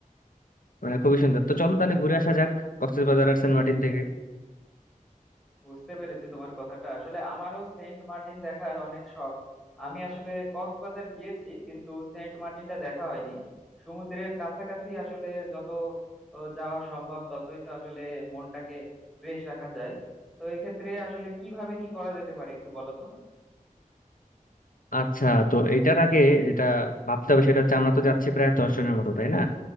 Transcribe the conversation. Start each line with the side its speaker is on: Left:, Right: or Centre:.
Left: মানে খুবই সুন্দর তো চলো তাহলে ঘুরে আসা যাক কক্সবাজার আর সেন্ট মার্টিন থেকে
Centre: বুঝতে পেরেছি তোমার কথাটা আসলে আমারও সেন্ট মার্টিন দেখার অনেক শখ আমি আসলে কক্সবাজার গিয়েছি কিন্তু সেন্ট মার্টিনটা দেখা হয়নি সমুদ্রের কাছাকাছি আসলে যত ও, যাওয়া সম্ভব ততই তো আসলে মনটাকে ফ্রেশ রাখা যায় তো এক্ষেত্রে আসলে কিভাবে কি করা যেতে পারে একটু বলো তো
Left: আচ্ছা তো এইটার আগে যেটা ভাবতে হবে সেটা হচ্ছে আমরা তো যাচ্ছি প্রায় দশ জনের মতো তাই না